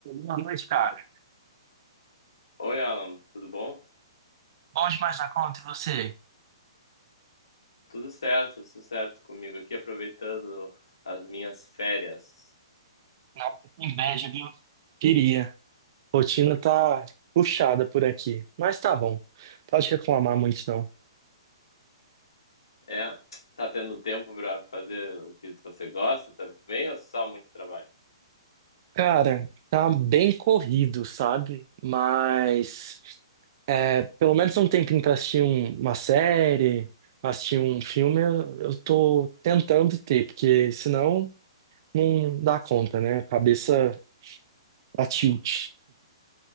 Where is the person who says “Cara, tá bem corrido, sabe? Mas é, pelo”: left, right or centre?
Right